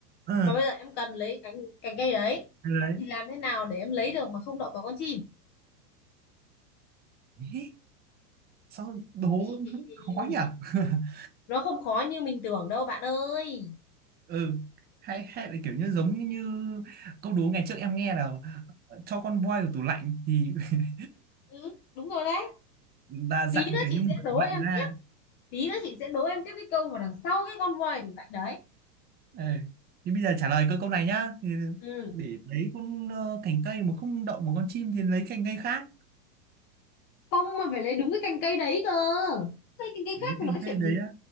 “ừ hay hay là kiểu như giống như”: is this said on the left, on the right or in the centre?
Right